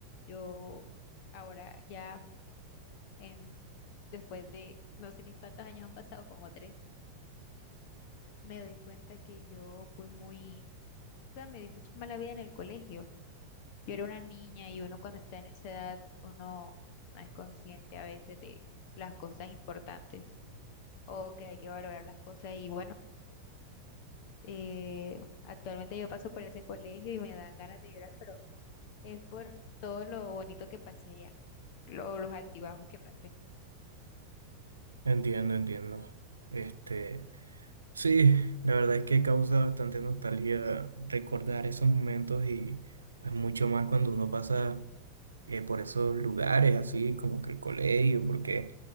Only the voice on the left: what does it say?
Yo ahora ya, em, después de no sé ni cuántos años han pasado, como tres, me doy cuenta que yo fui muy, o sea, me di mucha mala vida en el colegio. Yo era una niña y uno cuando está en esa edad, uno no es consciente a veces de las cosas importantes o que hay que valorar las cosas y bueno. Eh, actualmente yo paso por ese colegio y me da ganas de llorar, pero es por todo lo bonito que pasé allá, lo- los altibajos que pasé.